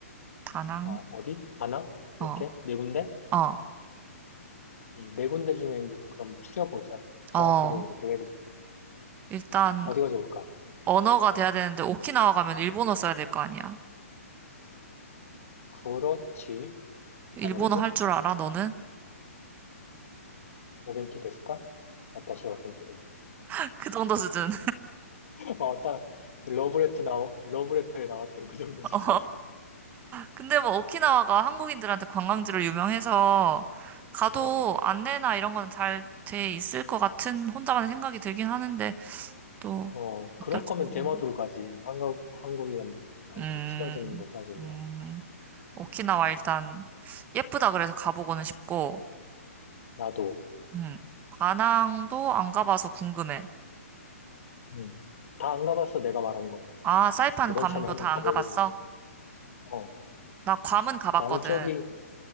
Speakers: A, on the right; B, on the left.
A: 다낭,
B: 어, 어디? 다낭?
A: 어,
B: 이렇게? 네 군데?
A: 어,
B: 음, 네 군데 중에 이제 그럼 추려보자. 정확하게
A: 어.
B: 이제 계획을 세워.
A: 일단,
B: 어디가 좋을까?
A: 언어가 돼야 되는데, 오키나와 가면 일본어 써야 될 거 아니야.
B: 그렇지.
A: 일본어
B: 아무래도
A: 할 줄 알아, 너는?
B: 오겐키 데스까? 와타시 와 겐키 데스.
A: <laughs> 그 정도 수준.
B: <laughs> 어, 딱 러브레터 나 러브레터에 나왔던 그 정도
A: <laughs>
B: 수준.
A: 어. 근데 뭐, 오키나와가 한국인들한테 관광지로 유명해서, 가도
B: 어,
A: 안내나 이런 거는 잘 돼 있을 것 같은 혼자만의 생각이 들긴 하는데, 또,
B: 어, 그럴
A: 어떨지
B: 거면
A: 모르겠네.
B: 대마도를 가지. 한국 한국인한테
A: 음,
B: 친화적인 거 따지면
A: 음. 오키나와 일단 예쁘다 그래서
B: 음,
A: 가보고는 싶고,
B: 나도
A: 음. 다낭도 안 가봐서 궁금해.
B: 음. 다 안 가봤어. 내가 말한 거는
A: 아, 사이판
B: 이번
A: 괌도
B: 참에 한번
A: 다
B: 가보려는
A: 안 가봤어?
B: 거. 어,
A: 나 괌은 가봤거든.
B: 나는 저기